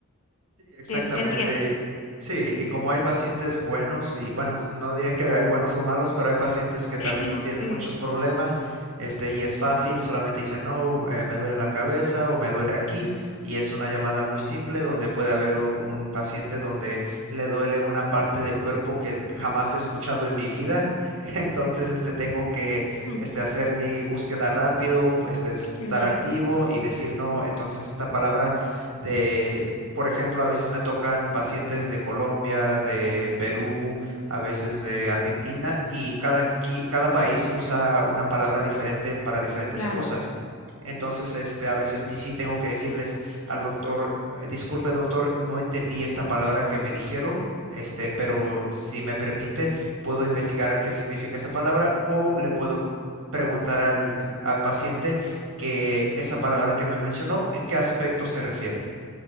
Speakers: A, on the right; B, on the left.
A: Sí, Exactamente.
B: Te, te entiendo.
A: Sí, y como hay pacientes buenos, y bueno, no diría que hay buenos o malos, pero hay pacientes que tal
B: <laughs>
A: vez no tienen
B: Sí,
A: muchos problemas, este, y es fácil, solamente dicen, no, eh, me duele la cabeza o me duele aquí, y es una llamada muy simple donde puede haber u- un paciente donde le duele una parte del cuerpo que t- jamás he escuchado en mi vida, <laughs> entonces, este, tengo que,
B: <laughs>
A: este, hacer mi búsqueda rápido, este, estar
B: qué miedo.
A: activo y decir no, entonces esta palabra de por ejemplo, a veces me tocan pacientes de Colombia, de Perú, a veces de Argentina, y
B: Ujú.
A: cada, qui- cada país usa una palabra diferente para diferentes
B: Claro.
A: cosas. Entonces, este, a veces ti- sí tengo que decirles al doctor, "Eh, disculpe doctor, no entendí esta palabra que me dijeron, este, pero si me permite, puedo investigar qué significa esa palabra o le puedo preguntar al, cl- al paciente que esa palabra que me mencionó, ¿en qué aspecto se refiere?